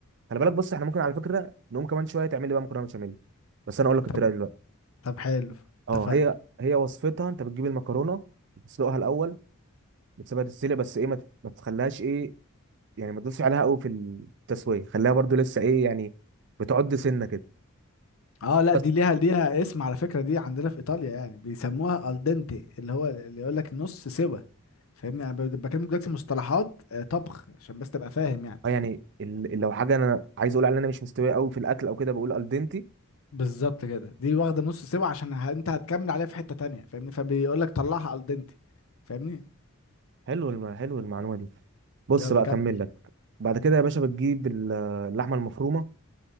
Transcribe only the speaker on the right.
خلي بالك بص احنا ممكن على فكره نقوم كمان شويه تعمل لي بقى مكرونه بشاميل بس انا اقول لك الطريقه
دلوقتي
اه
هي هي وصفتها انت بتجيب المكرونه بتسلقها الاول بتسيبها تتسلق بس ايه ما ت- ما تخليهاش ايه يعني ما تدوسش عليها قوي في التسويه خليها برضو لسه ايه يعني بتعد سنه كده
بس
اه يعني ال- لو حاجه انا عايز اقول عليها ان انا مش مستويه قوي في الاكل او كده بقول الدنتي
حلو الم... حلو المعلومه دي بص
بقى
اكمل لك بعد كده يا باشا بتجيب ال- اللحمه المفرومه